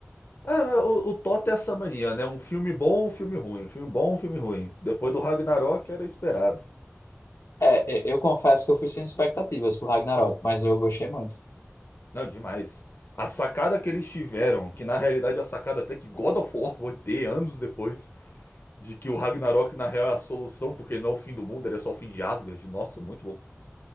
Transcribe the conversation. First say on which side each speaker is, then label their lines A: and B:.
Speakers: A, on the left (about 55°); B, on the left (about 80°).
A: ah mas o, o Toto é essa mania, né? Um filme bom, um filme ruim. Um filme bom, um filme ruim. Depois do Ragnarok era esperado.
B: É, é, eu confesso que eu fui sem expectativas pro Ragnarok, mas eu gostei muito.
A: Não, demais. A sacada que eles tiveram, que na realidade é a sacada até que God of War vai ter anos depois, de que o Ragnarok na real é a solução, porque não é o fim do mundo, ele é só o fim de Asgard. Nossa, muito bom.